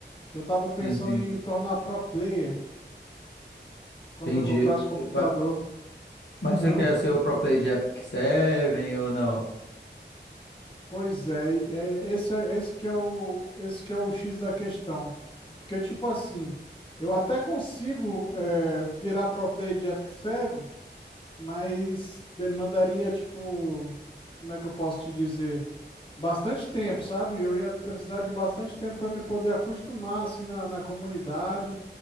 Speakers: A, on the left; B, on the left.
A: Que eu tava pensando
B: sim, sim.
A: em me tornar pro player quando
B: Entendi.
A: eu comprasse o computador.
B: Mas, mas
A: Ah,
B: você quer ser o pro player de Epic 7 ou não?
A: pois é, e- é- esse, é- esse que é o, esse que é o X da questão. Porque, tipo assim, eu até consigo é, virar pro player de Epic Seven, mas demandaria, tipo, como é que eu posso te dizer? Bastante tempo, sabe? Eu ia precisar de bastante tempo para me poder acostumar assim na, na comunidade,